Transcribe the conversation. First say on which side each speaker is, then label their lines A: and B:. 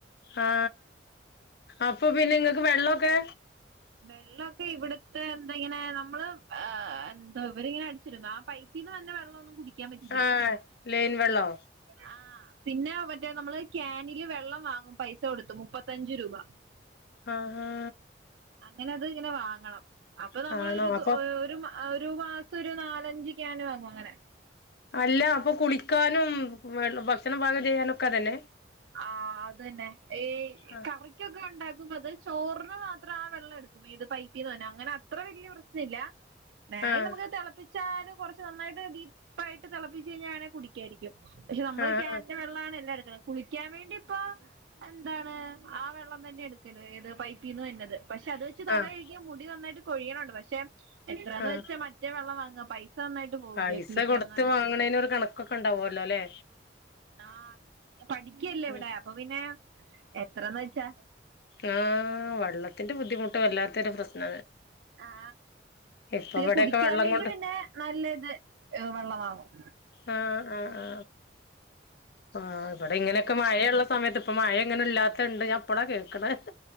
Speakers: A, on the left; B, on the right.
A: ആ അപ്പൊ പിന്നെ ങ്ങൾക്ക് വെള്ളോക്കെ
B: വെള്ളോക്കെ ഇവിടത്തെ ന്താങ്ങനെ നമ്മള് എന്തോ ഇവരിങ്ങനെ അടിച്ചിരുന്നു ആ പൈ പീന്നവന്ന വെള്ളൊന്നും കുടിക്കാൻ പറ്റില്ല്യാ
A: ആഹ് ലൈൻ വെള്ളോ
B: ആ പിന്നെ മറ്റേ നമ്മള് കാനില് വെള്ളം വാങ്ങും പൈസ കൊടുത്തു മുപ്പത്തഞ്ചു രൂപ
A: ആഹാ
B: അങ്ങനെ അത്ങ്ങനെ വാങ്ങണം അപ്പൊ നമ്മൾ
A: ആഹ് ആണോ
B: ഒരു ത്
A: അപ്പൊ
B: ഒരു ഒരു മാ- സൊരു നാലഞ്ച് കാന് വാങ്ങും അങ്ങനെ
A: അല്ല അപ്പൊ കുളിക്കാനും ഭക്ഷണം പാകം ചെയ്യാനൊക്കെ അതെന്നെ
B: ആ അതെന്നെ ഈ
A: ആഹ്
B: കറിക്കൊക്കെണ്ടാക്കുമ്പോ അത് ചോറിന് മാത്രം ആ വെള്ളം എടു <unintelligible> അങ്ങനെ അത്ര വല്ല്യ പ്രശ്ന ഇല്ല വേണേ
A: ആഹ്
B: നമക്ക് തിളപ്പിച്ചാല് കുറച്ച് നന്നായിട്ട് ഡീപ്പായിട്ട് തിളപ്പിച്ച് കഴിഞ്ഞാ അങ്ങനെ കുടിക്കായിരിക്കും പക്ഷെ നമ്മള്
A: ആഹ്
B: ഈക്യാന്റെ വെള്ളാണ് എല്ലാം എടുക്കണത് കുളി ക്കാൻ വേണ്ടി പ്പൊ എന്താണ് ആ വെള്ളം തന്നെ എടുക്കല് ഏത് പൈപ്പീന്ന് വന്നത് പക്ഷെ അത് വെച്ച് തല
A: ആഹ്
B: കഴുകിയ മുടി നന്നായിട്ട് കൊഴിയണണ്ട് പക്ഷെ എത്രന്ന്
A: ആഹ്
B: വെച്ചാ മ മറ്റ വെള്ളം വാങ്ങ പൈസ പോവില്ലേ
A: പൈസ
B: കുളിക്കുന്ന
A: കൊടുത്ത് വാങ്ങണേന ഒരു കണക്കൊക്കെ ഉണ്ടാവല്ലോലെ
B: ആ പഠിക്കല്ലേവടെ
A: ഉം
B: അപ്പൊ പിന്നെ എത്രന്ന് വെച്ചാ
A: ആ വള്ള ത്തിന്റെ ബുദ്ധിമുട്ട് വല്ലാത്തരു പ്രശ്ന
B: ആ
A: ഇപ്പ
B: പിന്നെ
A: ഇവിടെക്കെ
B: കുടിക്കാൻ
A: വെള്ളം
B: വേണ്ടി
A: കൊണ്ട്
B: പിന്നെ നല്ലത് വെള്ളമാങ്ങും
A: ആ ആ ആ ആ ആ ഇവിടെ ഇങ്ങനെക്കെ മഴയള്ള സമയത്ത് ഇപ്പ മഴ ഇങ്ങനെല്ലാത്തണ്ട് ഞാൻ ഇപ്പളാ കേൾക്ണെ